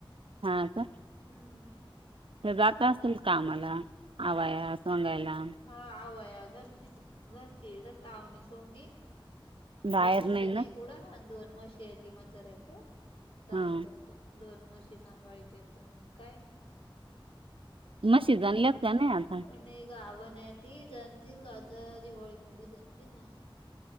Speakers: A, on the right; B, on the left.
A: हां का?
B: हम्म.
A: तर जात असतील कामाला आवया सांगायला.
B: हा आवया घरचीच, घरची इड च आवनी सोमनी.
A: बाहेर
B: दुसरी
A: नाही
B: कने
A: ना
B: कुड अन दोन मशी यती मतार्याक सासर्याक.
A: हा
B: दोन मशी सांभाळतेेत आन मग काय गाही.
A: म्हशी जमलेत का नाही आता?
B: आणि गाबन ये ती जणतील आता दिवाळी मधी जणतील ना वो.